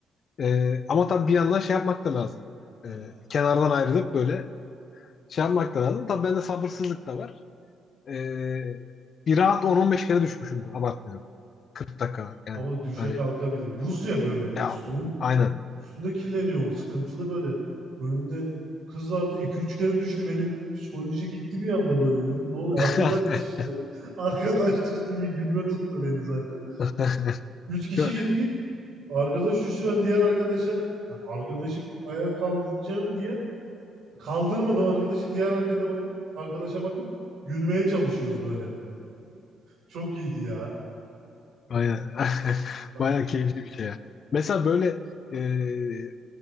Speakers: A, on the left; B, on the right.
A: Ee, ama tabii bir yandan şey yapmak da lazım. Ee,
B: yani
A: kenardan ayrılıp böyle şey yapmak da lazım. Tabii bende sabırsızlık da var. Ee, bir rahat 10-15 kere düşmüşümdür. Abartmıyorum. 40 dakika yani.
B: ama düşe
A: Hani
B: kalka bir de buz ya böyle bir de
A: ya
B: soğuk.
A: aynen.
B: üstünde kirleniyor o sıkıntılı böyle. Önümde kız vardı iki üç kere düştü benim psikoloji gitti bir anda böyle dedim. Ne oluyor?
A: <laughs>
B: Arkadaş düştü. <laughs> Arkadaş düştü bir gülme tuttu beni zaten.
A: <laughs>
B: üç kişi
A: Çok-
B: gittik. Arkadaş düştü ben diğer arkadaşa Ya arkadaşı ayağa kaldıracağım diye kaldırmadım arkadaşı. Diğer arkada, arkadaşa bakıp gülmeye çalışıyoruz böyle. Çok iyiydi ya.
A: Aynen. <laughs>
B: Ben
A: Bayağı keyifli bir şey ya. Mesela böyle e,